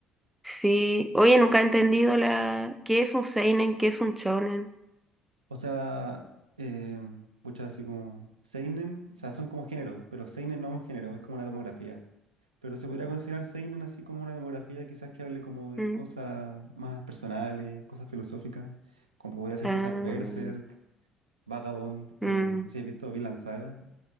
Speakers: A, in the centre; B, on the right.
A: Sí, oye, nunca he entendido la qué es un seinen, qué es un shonen.
B: O sea, eh, pucha, así como Seinen, o sea, son como género, pero Seinen no es un género, es como una demografía. Pero se podría considerar Seinen así como una demografía, quizás que hable como de
A: Mm,
B: cosas más personales, cosas filosóficas, como que podría ser
A: ah,
B: quizás Berserk, Vagabond, eh,
A: mm.
B: no sé, he visto Vinland Saga,